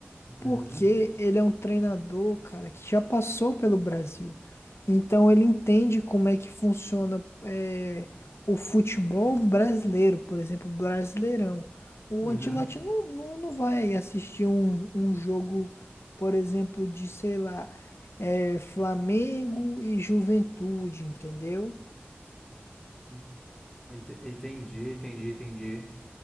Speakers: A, on the left; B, on the left.
A: Uhum,
B: Porque ele é um treinador, cara, que já passou pelo Brasil. Então ele entende como é que funciona é, o futebol brasileiro, por exemplo, o Brasileirão. O
A: uhum.
B: Ancelotti não, não, não vai assistir um, um jogo, por exemplo, de, sei lá, é, Flamengo e Juventude, entendeu? O
A: hum, Ente- Entendi, entendi, entendi.